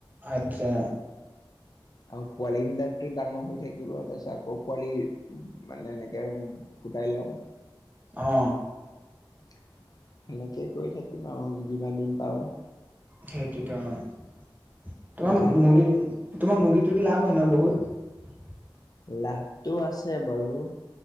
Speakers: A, on the right (about 20°); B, on the left (about 45°).
A: আচ্ছা।
B: আৰু পোৱালিবিলাকতো ডাঙৰ হৈ থাকিব। তাৰপিছত আকৌ পোৱালি মানে এনেকৈ ফুটাই ল'ম।
A: অ
B: সেনেকেই কৈ থাক আৰু যিমান দিন পাৰোঁ।
A: সেইটোতো আৰু তোমাৰ
B: গাহৰি
A: মুৰ্গী তোমাৰ মুৰ্গীটো লাভ হয় ন বহুত।
B: লাভটো আছে বাৰু